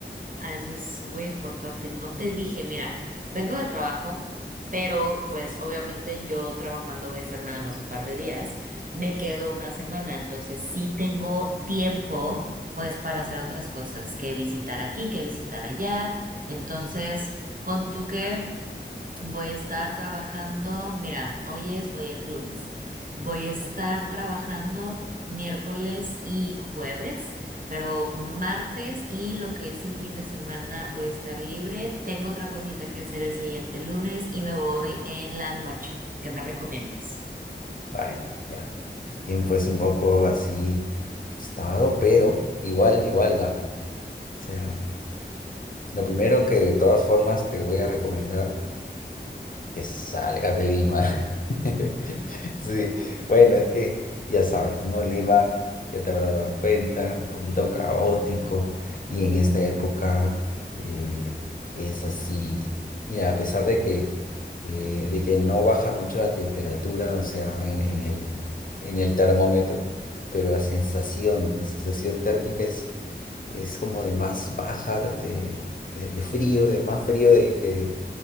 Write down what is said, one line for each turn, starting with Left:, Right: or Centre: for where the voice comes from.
Right: Ah, eso es muy importante. No te dije, mira, vengo de trabajo, pero pues obviamente yo trabajando voy a estar nada más un par de días. Me quedo una semana, entonces sí tengo tiempo pues para hacer otras cosas, que visitar aquí, que visitar allá. Entonces, pon tú que Voy a estar trabajando, mira, hoy es, hoy es lunes. Voy a estar trabajando miércoles y jueves, pero martes y lo que es el fin de semana voy a estar libre. Tengo otra cosita que hacer el siguiente lunes y me voy en la noche. ¿Qué me recomiendas?
Left: Ay, ya. El tiempo es un poco así ajustado, pero igual, igual da. O sea, lo primero que de todas formas te voy a recomendar. Que salgas de Lima. <laughs> Sí, bueno, es que ya sabes, ¿no? Lima, ya te habrás dado cuenta, un poquito caótico y en esta época eh, es así. Mira, a pesar de que, eh, de que no baja mucho la temperatura, o sea, en, en el, en el termómetro, pero la sensación, la sensación térmica es, es como de más baja, de, de de frío, de más frío del que